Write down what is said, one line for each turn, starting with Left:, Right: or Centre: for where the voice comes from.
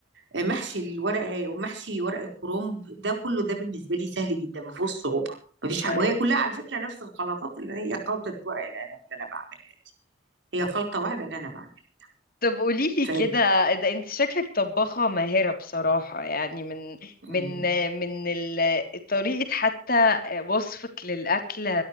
Right: آه، محشي الورق ومحشي ورق الكرنب ده كله ده بالنسبه لي سهل جدا ما فيهوش صعوبه ما فيش حاجه
Left: ايوه
Right: وهي كلها على فكره نفس الخلطات اللي هي خلطه ورق العنب اللي انا بعملها دي هي خلطه واحده اللي انا بعملها
Left: طب قولي لي
Right: ف
Left: كده ده انت شكلك طباخة ماهرة بصراحة يعني من من
Right: مم.
Left: من ال- طريقة حتى وصفك للأكل